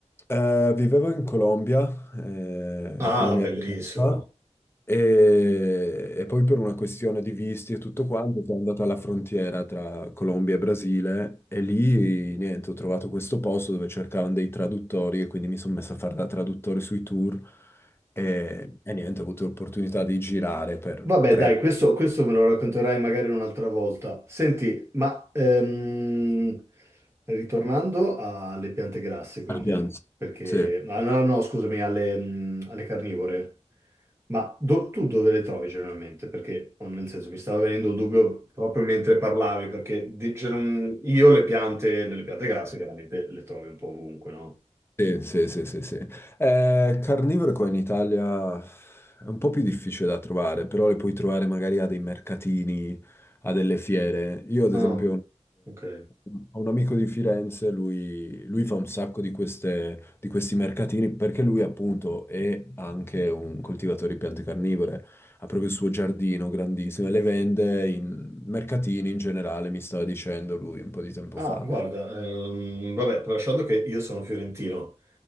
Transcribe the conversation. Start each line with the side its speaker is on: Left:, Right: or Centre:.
Left: Eh, vivevo in Colombia, eh,
Right: Ah,
Left: con la mia
Right: bellissimo.
Left: ragazza E, e poi per una questione di visti e tutto quanto sono andato alla frontiera tra Colombia e Brasile e lì niente, ho trovato questo posto dove cercavano dei traduttori e quindi mi sono messo a fare da traduttore sui tour e, e niente, ho avuto l'opportunità di girare per
Right: Vabbè,
Left: tre.
Right: dai, questo, questo me lo racconterai magari un'altra volta. Senti, ma ehm, ritornando alle piante grasse, quindi,
Left: Ah, piano.
Right: perché...
Left: Sì.
Right: ah, no, no, scusami, alle, mm, alle carnivore. Ma do- tu dove le trovi generalmente? Perché, oh, nel senso, mi stava venendo il dubbio proprio mentre parlavi, perché di- c'era un- io le piante, le piante grasse chiaramente le trovi un po' ovunque, no?
Left: Sì, sì, sì, sì, sì. Eh, carnivore qua in Italia è un po' più difficile da trovare, però le puoi trovare magari a dei mercatini, a delle fiere. Io ad
Right: Ah,
Left: esempio ho
Right: ok.
Left: ho un amico di Firenze, lui, lui fa un sacco di queste- di questi mercatini perché lui appunto è anche un coltivatore di piante carnivore, ha proprio il suo giardino grandissimo e le vende in mercatini in generale, mi stava dicendo lui un po' di tempo
Right: Ah,
Left: fa.
Right: guarda, ehm, vabbè, tralasciando che io sono fiorentino.